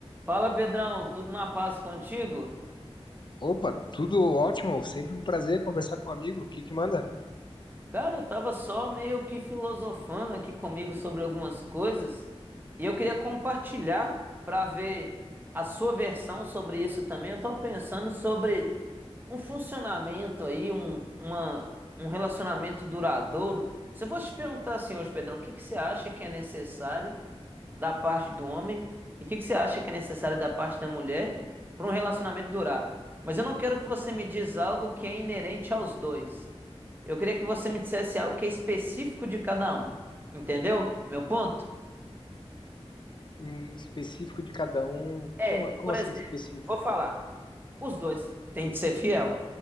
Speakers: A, on the right; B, on the left.
A: Fala Pedrão, tudo na paz contigo?
B: Opa, tudo ótimo, sempre um prazer conversar com um amigo. O que que manda?
A: Cara, eu tava só meio que filosofando aqui comigo sobre algumas coisas e eu queria compartilhar pra ver a sua versão sobre isso também. Eu tava pensando sobre um funcionamento aí, um, uma, um relacionamento duradouro. Se eu fosse te perguntar assim hoje, Pedrão, o que que você acha que é necessário da parte do homem e o que que você acha que é necessário da parte da mulher para um relacionamento durar? Mas eu não quero que você me diz algo que é inerente aos dois. Eu queria que você me dissesse algo que é específico de cada um. Entendeu? Meu ponto?
B: Em específico de cada um.
A: É,
B: Como, como
A: por exemplo,
B: assim específico?
A: vou falar. Os dois têm de ser fiel.